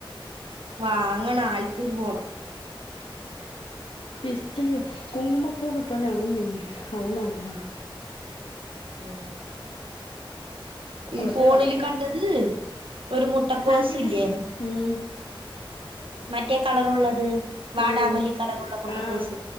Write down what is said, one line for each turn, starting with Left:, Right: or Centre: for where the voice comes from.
Right: വാ അങ്ങണ ആലത്തൂര് പോണം
Left: പിസ്ത കുങ്കുമപ്പൂ കിട്ടവാണങ്ക അങ്ങുന്നേണ്യ അതും നല്ലതാണ്
Right: ഉം ഈ
Left: അവഷല്ല
Right: ഫോണില് കണ്ടത് ഒരു മുട്ടക്കോസ്
Left: സാജി മന
Right: ഇല്ലേ
Left: ഉം
Right: മറ്റേ കളർ ഉള്ളത് വാടാമലല്ലി
Left: ഉം
Right: കളറുള്ള മുട്ടക്കോസ്
Left: ആഹ്